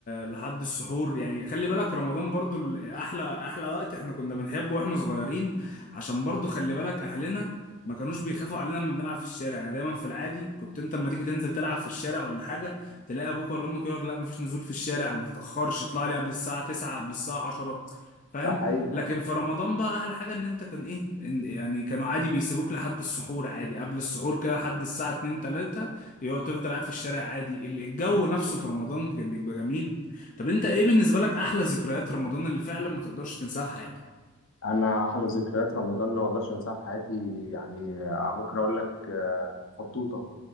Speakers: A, on the left (about 35°); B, on the left (about 60°).
A: لحد السحور يعني خلي بالك رمضان برضو ال- احلى احلى وقت احنا كنا بنحبه واحنا صغيرين عشان برضو خلي بالك اهلنا ما كانوش بيخافوا علينا لما بنلعب في الشارع يعني دايما في العادي كنت انت لما تيجي تنزل تلعب في الشارع ولا حاجة تلاقي ابوك ولا امك يقول لك لا مفيش نزول في الشارع ما تتأخرش اطلع لي قبل الساعة 9 قبل الساعة 10 فاهم
B: ده حقيقي
A: لكن في رمضان بقى احلى حاجه ان انت كان ايه إن- يعني كانوا عادي بيسيبوك لحد السحور عادي قبل السحور كده لحد الساعه 2 3 يقعد تفضل قاعد في الشارع عادي ال- الجو نفسه في رمضان كان بيبقى جميل طب انت ايه بالنسبه لك احلى ذكريات رمضان اللي فعلا ما تقدرش تنساها في حياتك
B: انا احلى ذكريات رمضان اللي ما اقدرش انساها في حياتي يعني آه، ممكن اقول لك آه، فطوطه